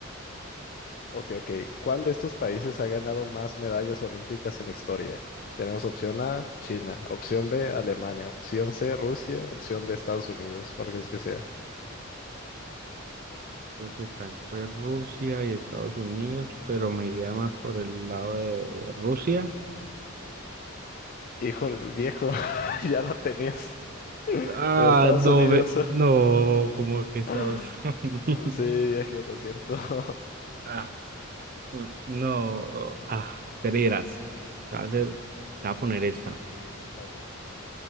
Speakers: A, on the left (about 45°); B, on the right (about 45°).
A: Ok, ok. ¿Cuál de estos países ha ganado más medallas olímpicas en la historia? Tenemos opción A, China, opción B, Alemania, opción C, Rusia, opción D, Estados Unidos, cuál crees que sea.
B: Creo que está entre Rusia y Estados Unidos, pero me iría más por el lado de Rusia.
A: Híjole, viejo, <laughs> ya la tenías. <laughs>
B: Ah,
A: En Estados
B: no,
A: Unidos.
B: ve- no, como que Estados
A: <laughs>
B: Unidos.
A: Sí, viejo,
B: <laughs>
A: lo siento. <laughs>
B: Ah, mm, no, ah, creerás. Te voy a hacer- te voy a poner esta.
A: A ver,